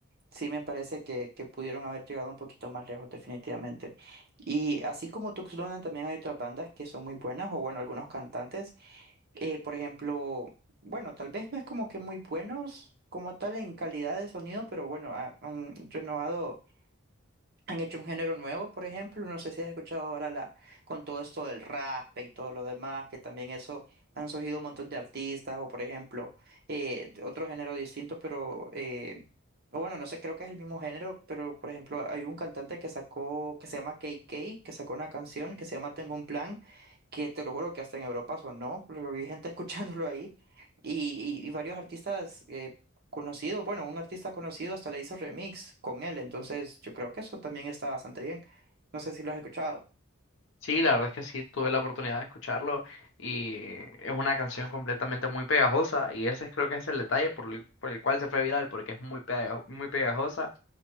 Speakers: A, on the right; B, on the left.
A: sí me parece que, que pudieron haber llegado un poquito más lejos, definitivamente. Y así como Tuxtlan, también hay otras bandas que son muy buenas, o bueno, algunos cantantes eh, por ejemplo, bueno, tal vez no es como que muy buenos como tal en calidad de sonido, pero bueno, ha- han renovado, han hecho un género nuevo, por ejemplo, no sé si has escuchado ahora la, con todo esto del raspe y todo lo demás, que también eso han surgido un montón de artistas, o por ejemplo, eh, otro género distinto, pero eh, o bueno, no sé, creo que es el mismo género, pero por ejemplo, hay un cantante que sacó, que se llama K K que sacó una canción que se llama Tengo un plan, que te lo juro que hasta en Europa sonó, pero vi gente <laughs> escuchándolo ahí, y, y- y varios artistas eh, conocidos, bueno, un artista conocido hasta le hizo remix con él, entonces yo creo que eso también está bastante bien. No sé si lo has escuchado.
B: Sí, la verdad es que sí, tuve la oportunidad de escucharlo y es una canción completamente muy pegajosa y ese es- creo que es el detalle por el, por el cual se fue viral, porque es muy pega- muy pegajosa